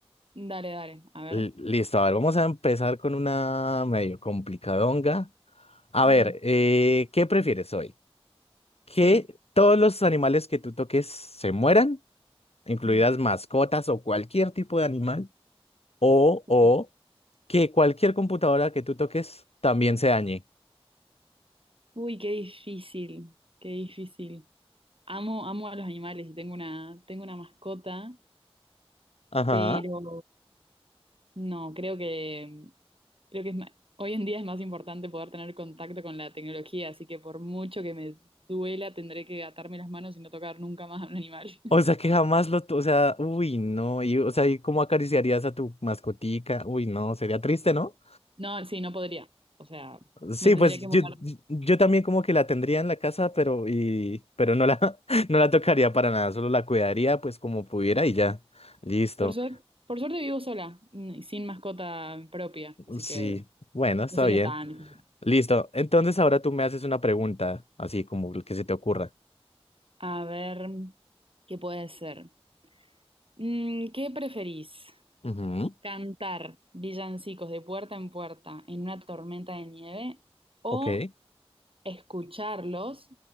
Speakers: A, on the right; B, on the left.
A: Dale, dale. A ver.
B: L- listo, a ver, vamos a empezar con una medio complicadonga. A
A: Mm,
B: ver, eh, ¿qué prefieres hoy? ¿Que
A: sí.
B: todos los animales que tú toques se mueran,
A: <clears throat>
B: incluidas
A: Mm.
B: mascotas o cualquier tipo de animal? O,
A: Uy,
B: o que cualquier computadora que tú toques también se dañe.
A: uy, qué difícil. Qué difícil. Amo, amo a los animales y tengo una, tengo una mascota
B: Ajá.
A: Pero no, creo que creo que es ma- hoy en día es más importante poder tener contacto con la tecnología, así que por mucho que me duela, tendré que atarme las manos y no tocar nunca más a un animal. <laughs>
B: O sea, que jamás lo, to- o sea, uy, no, y, o sea, ¿y cómo acariciarías a tu mascotica? Uy, no, sería triste, ¿no?
A: No, sí, no podría. O sea,
B: Sí,
A: me tendría
B: pues
A: que
B: yo,
A: mudar.
B: yo yo también como que la tendría en la casa, pero, y, pero no la, <laughs> no la tocaría para nada, solo la cuidaría pues como pudiera y ya, listo.
A: Por suerte, por suerte vivo sola mm, y sin mascota propia, así
B: Sí,
A: que
B: bueno, está
A: no sería
B: bien.
A: tan.
B: Listo, entonces ahora tú me haces una pregunta, así como el que se te ocurra.
A: A ver, ¿qué puede ser? Mm, ¿qué preferís?
B: Ujú.
A: Cantar villancicos de puerta en puerta en una tormenta de nieve o
B: Ok.
A: escucharlos